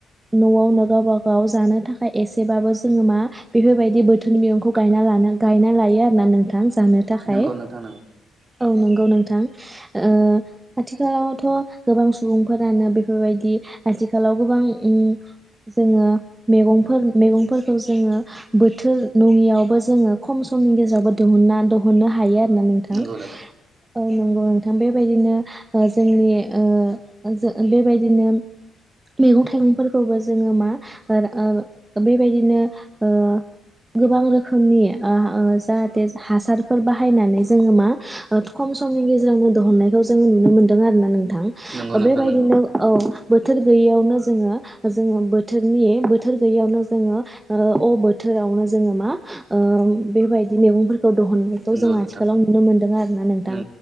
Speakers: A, on the right; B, on the right.
A: न'आवनो गावबा गाव जानो थाखाय एसेबाबो जोङो मा बेफोर बायदि बोथोननि मैगंखौ गायना लानो गायना लायो आरो ना नोंथां। जानो थाखाय
B: नंगौ नोंथां
A: औ नोंगौ नो। थां ओ आथिखालाव। थ' गोबां सुबुंफोरानो बेफोरबायदि आथिखालाव गोबां उम जोङो मेगंफोर मेगंफोरखौ जोङो बोथोर नङियावबो जोङो खम समनि गेजेरावबो दिहुनना दहुननो हायो आरो। होनबा नोंथां
B: नंगौ
A: औ नंगौ। ओ बेबायदिनो जोंनि। ओ जो बेबायदिनो मेगं थाइगंफोरखौबो जोङो मा ओ ओ बेबायदिनो ओ गोबां रोखोमनि ओ ओ जाहाथे हासारफोर बाहायनानै जोङो मा ओ खम समनि गेजेरावनो दहुननायखौ जोङो नुनो मोन्दों आरो ना नो। थां
B: नंगौ नोंथां
A: बेबायदिनो
B: नंगौ
A: औ। बोथोर गैयैयावनो जोङो जोङो बोथोरनि बोथोर गैयियावनो जोङो ओ अ बोथोरावनो जोङो मा ओ बेबायदि मेगंफोर। खौ दहुननायखौ
B: नंगौ
A: जों
B: नोंथां
A: आथिखालाव नुनो मोन्दों आरो ना नोंथां
B: नंगौ